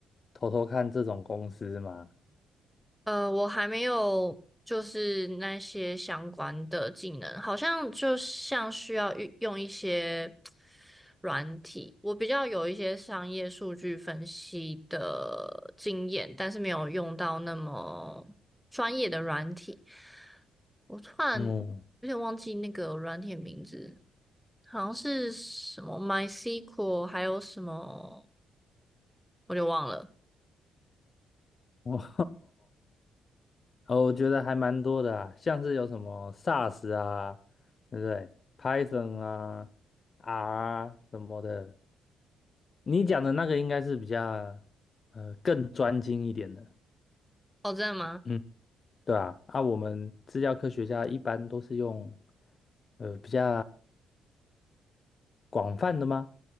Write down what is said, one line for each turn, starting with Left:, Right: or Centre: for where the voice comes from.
Left: 偷偷看这种公司吗？
Centre: 呃，我还没有就是那些相关的技能，好像就像需要运用一些。软体，我比较有一些商业数据分析的经验，但是没有用到那么专业的软体。我突然
Left: 嗯，
Centre: 有点忘记那个软体的名字，好像是什么 MySQL，还有什么，我就忘了。
Left: <laughs> 哦，我觉得还蛮多的啊，像是有什么 SAS 啊，对不对？Python 啊，R 啊什么的。你讲的那个应该是比较呃更专精一点的。
Centre: 哦，真的吗？
Left: 嗯。对啊，啊，我们资料科学家一般都是用呃比较广泛的吗？